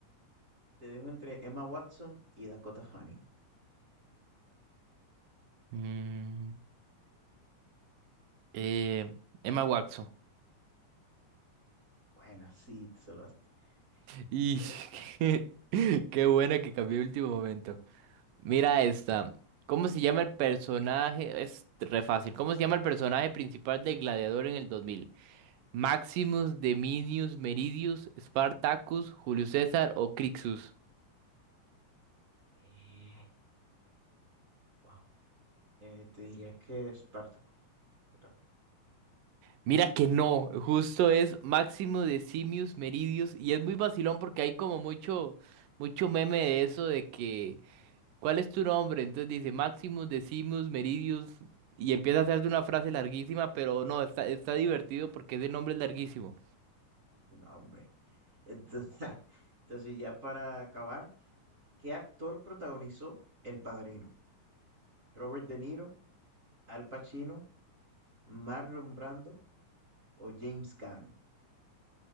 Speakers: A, on the right; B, on the right.
A: Te dejo entre Emma Watson y Dakota Fanning.
B: Mm, eh, Emma Watson.
A: Buena, sí, te salvaste.
B: Y
A: Correcto.
B: <laughs> qué, qué buena que cambió el último momento. Mira esta. ¿Cómo se llama el personaje? Es re fácil. ¿Cómo se llama el personaje principal de Gladiador en el 2000? ¿Maximus, Deminius, Meridius, Spartacus, Julio César o Crixus?
A: Eh, wow. Eh, te diría que Spartacus. Spartacus.
B: Mira que no, justo es Maximus, Decimus, Meridius y es muy vacilón porque hay como mucho mucho meme de eso de que ¿cuál es tu nombre? Entonces dice Maximus, Decimus, Meridius y empieza a hacerte una frase larguísima, pero no, está está divertido porque ese nombre es larguísimo.
A: Es un hombre. Entonces, <laughs> entonces, ya para acabar, ¿qué actor protagonizó El Padrino? ¿Robert De Niro, Al Pacino, Marlon Brando o James Caan?